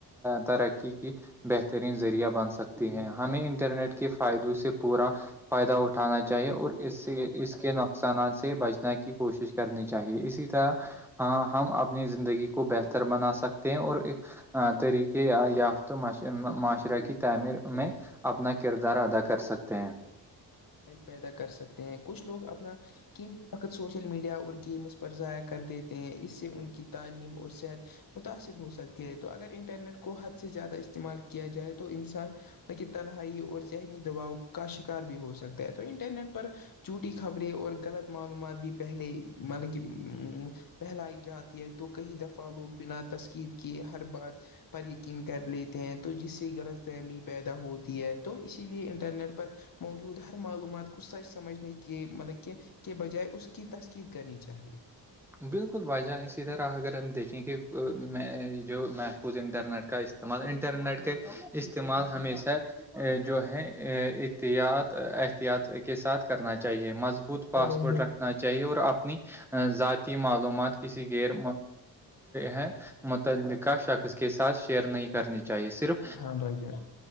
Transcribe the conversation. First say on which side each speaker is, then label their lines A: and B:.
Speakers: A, in the centre; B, on the left.
A: ترقی کی بہترین ذریعہ بن سکتی ہیں ہمیں انٹرنیٹ کے فائدوں سے پورا فائدہ اٹھانا چاہیے اور اس سے اس کے نقصانات سے بچنے کی کوشش کی کرنی چاہیے اسی طرح ہم اپنی زندگی کو بہتر بنا سکتے ہیں اور ایک طریقے یافتہ معاشرہ کی تعمیر میں اپنا کردار ادا کر سکتے ہیں
B: پیدا کر سکتے ہیں کچھ لوگ اپنا قم وقت سوشل میڈیا اور گیمس پر ضائع کر دیتے ہیں اس سے ان کی تعلیم اور صحت متاثر ہو سکتی ہے تو اگر انٹرنیٹ کو حد سے زیادہ استعمال کیا جائے تو انسان لیکن تنہائی اور ذہنی دباؤ کا شکار بھی ہو سکتا ہے تو انٹرنیٹ پر چھوٹی خبریں اور غلط معلومات بھی پہلے مطلب کہ پھیلائی جاتی ہے تو کئی دفعہ لوگ بنا تسکیر کے ہر بات پر یقین کر لیتے ہیں تو جس سے غلط فہملی پیدا ہوتی ہے تو اسی لیے انٹرنیٹ پر م ہر معلومات کو سچ سمجھنے کے مطلب کے کے بجائے اس کی تسقید کرنی چاہیے
A: بالکل بھائ جان اسی طرح اگر ہم دیکھیں کہ میں جو محفوظ انٹرنیٹ کا مان انٹرنیٹ کےے استعمال ہمیشہ جو ہے اتیاط احتیاط کے ساتھ کرنا چاہیے مضبوط پاسورٹ
B: ہاں بھائی جان
A: رکھنا چاہیے اور اپنی ذات معلومات کسی غیر ہے متعلقہ شخص کے ساتھ شیئر نہیں کرنی چاہیے صرف
B: ہاں بھائی جان